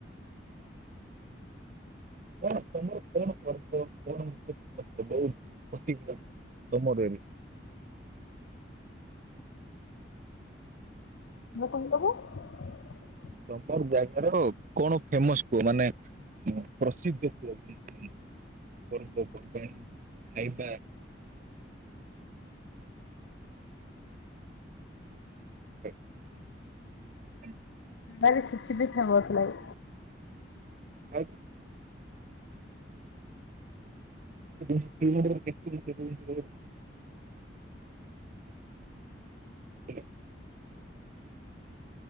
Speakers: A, on the right; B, on the left.
A: ନା ତୋମର କଣ କରବ <inaudible> ପଶିଯିବ ତୋମର ବି।
B: <unintelligible>
A: ତୋମର ଜାଗାର କଣ ଫେମସ୍ କୁଅ? ମାନେ ମ-ପ୍ରସିଦ୍ଧ କୁହ ପର୍ବପର୍ବାଣୀ। ଖାଇବା ହୋ
B: ନାଇରେ କିଛି ବି ଫେମସ୍ ନାଇଁ।
A: ଆଜ୍ଞା। <unintelligible> <unintelligible>